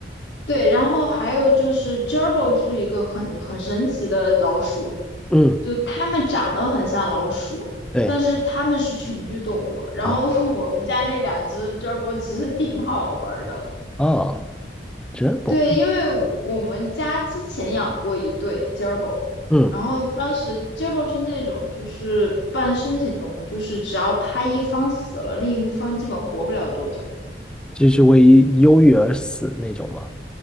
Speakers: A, on the left; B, in the centre.
A: 对，然后还有就是 Gerbil 是一个很很神奇的老鼠。
B: 嗯，
A: 就它们长得很像老鼠，
B: 对，
A: 但是它们是群居动物。然后
B: 啊，
A: <laughs> 我们家那两只 g e r b i 其实挺好玩儿的，
B: 哦，真不，
A: 对，因为我们家之前养过一对 g e r b i
B: 嗯，
A: 然后当时 g e r b i 是那种就是半身型动物，就是只要它一方死了，另一方基本活不了多久。
B: 就是为忧郁而死那种嘛。